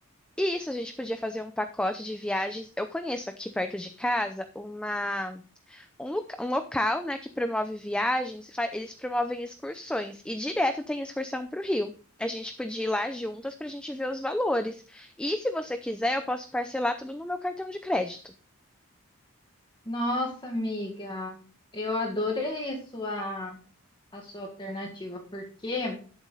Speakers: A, in the centre; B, on the left.
A: E isso, a gente podia fazer um pacote de viagens. Eu conheço aqui perto de casa uma. um, loca- um local, né, que promove viagens, fa- eles promovem excursões e direto tem excursão para o Rio. A gente podia ir lá juntas para a gente ver os valores. E se você quiser, eu posso parcelar tudo no meu cartão de crédito.
B: Nossa, amiga, eu adorei a sua, a sua alternativa, porque.